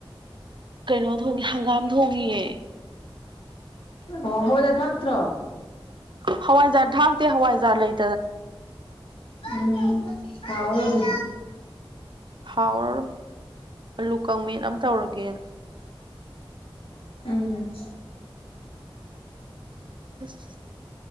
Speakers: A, on the right; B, on the left.
A: ꯀꯩꯅꯣ ꯊꯣꯡꯉꯦ ꯍꯪꯒꯥꯝ ꯊꯣꯡꯉꯤꯌꯦ꯫
B: ꯑꯣ ꯍꯋꯥꯏꯖꯔ ꯊꯥꯛꯇ꯭ꯔꯣ꯫
A: ꯍꯋꯥꯏꯖꯔ ꯊꯥꯛꯇꯦ ꯍꯋꯥꯏꯖꯔ ꯂꯩ꯫
B: ꯎꯝ ꯍꯥꯎꯔꫭ ꯑꯗꯨꯗꯤ꯫
A: ꯍꯥꯎꯔꯔꯣꯏ ꯑꯂꯨ ꯀꯪ ꯃ‌ꯦꯠ ꯑꯝ ꯇꯧꯔꯒꯦꯅ꯫
B: ꯎꯝ꯫
A: ꯑꯁ꯫